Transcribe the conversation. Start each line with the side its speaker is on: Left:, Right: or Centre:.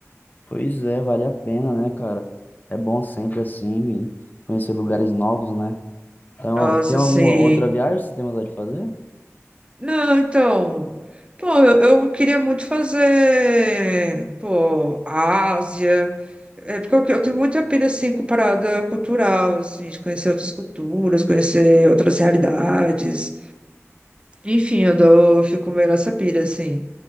Left: Pois é, vale a pena, né, cara? É bom sempre assim e conhecer lugares novos, né? Então,
Right: Nossa,
Left: tem alguma
Right: sim.
Left: outra viagem que você tem vontade de fazer?
Right: Não, então. Pô, eu, eu queria muito fazer, pô, Ásia. É porque eu, eu tenho muita pira, assim, com parada cultural, assim, de conhecer outras culturas, conhecer outras realidades. Enfim, eu, dou, eu fico meio nessa pira, assim.